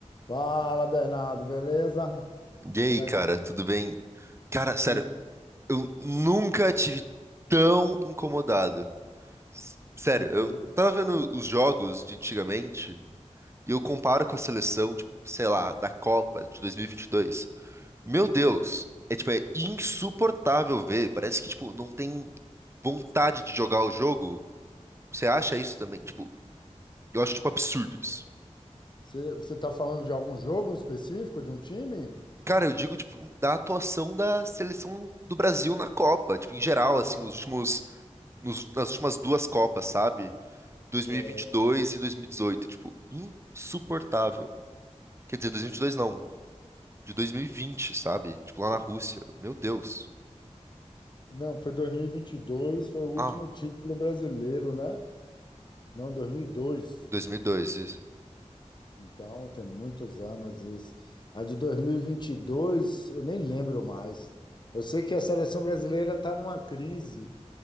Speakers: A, on the left; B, on the right.
A: Fala, Bernardo, beleza?
B: E aí,
A: Como
B: cara,
A: é que
B: tudo bem? Cara, sério,
A: tudo
B: eu nunca tive tão incomodado. S- Sério,
A: tranquilo?
B: eu tava vendo os jogos de antigamente e eu comparo com a seleção, tipo, sei lá, da Copa de dois mil e e vinte e dois Meu Deus, é tipo, é insuportável ver. Parece que, tipo, não tem vontade de jogar o jogo. Você acha isso também? Tipo, eu acho, tipo, absurdo isso.
A: Você, você está falando de algum jogo específico, de um time?
B: Cara, eu digo, tipo, da atuação da seleção do Brasil na Copa, tipo, em geral,
A: Ah,
B: assim, os
A: tá.
B: últimos nos ult- nas últimas duas Copas, sabe? 2022
A: É,
B: e 2018, tipo, insuportável. Quer dizer, 2022 não, de 2020, sabe? Tipo, lá na Rússia. Meu Deus.
A: não, foi 2022, foi o último
B: Ah,
A: título brasileiro, né? Não, 2002.
B: 2002, isso.
A: Então, tem muitos anos isso. A de 2022, eu nem lembro mais. Eu sei que a seleção brasileira está numa crise